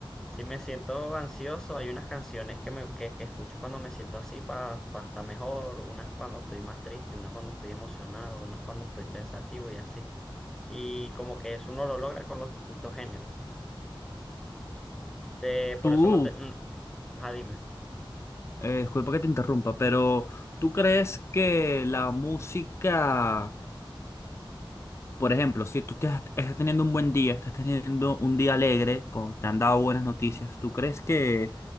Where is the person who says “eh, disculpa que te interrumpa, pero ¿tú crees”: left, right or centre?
Left